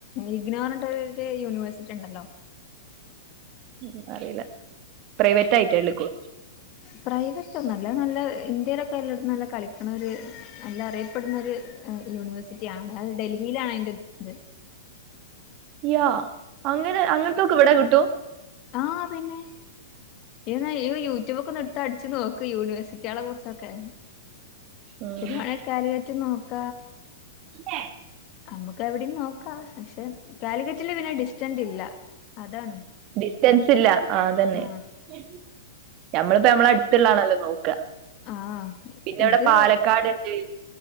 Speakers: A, on the left (about 40°); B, on the right (about 40°).
A: ഇക്നോ പറഞ്ഞിട്ടുള്ള ഒരു യൂണിവേഴ്സിറ്റി ഉണ്ടല്ലോ
B: ഉം അറീല്ല പ്രൈവറ്റ് ആയിട്ട എള്ക്കു
A: പ്രൈവറ്റ് ഒന്നല്ല അത് നല്ല ഇന്ത്യയിലൊക്കെ എല്ലായിടത്തും നല്ല കളിക്ണ ഒരു നല്ല അറിയപ്പെടുന്ന ഒരു യൂണിവേഴ്സിറ്റി ആണ് അത് ഡൽഹിയിലാണ് അതിന്റെ ഇത്
B: യോ അങ്ങനെ അങ്ങന് ത്തൊക്കെ ഇവിടെ കിട്ടൂ
A: ആഹ പിന്നെ ഇയന്ന യൂ യൂട്യൂബൊക്കെ എടുത്ത് അടിച്ചു നോക്ക് യൂണിവ ക്കളെ കുറിച്ചൊക്കെ
B: ഉം
A: <unintelligible> കാലുകറ്റ് നോക്ക
B: പിന്നെ
A: നമക്ക് എവിടം നോക്കാ പക്ഷെ കാലിക്കറ്റില് പിന്നെ ഡിസ്റ്റന്റ് ഇല്ല അതാണ്
B: ഡിസ്റ്റൻസ് ഇല്ല ആ അതന്നെ
A: ആഹ
B: <unintelligible> ഞമ്മളിപ്പോ നമ്മള അടുത്തള്ളാണല്ലോ നോക്ക
A: ആഹ്
B: പിന്നെ ഇവടെ
A: ഇത്
B: പാലക്കാട്ണ്ട്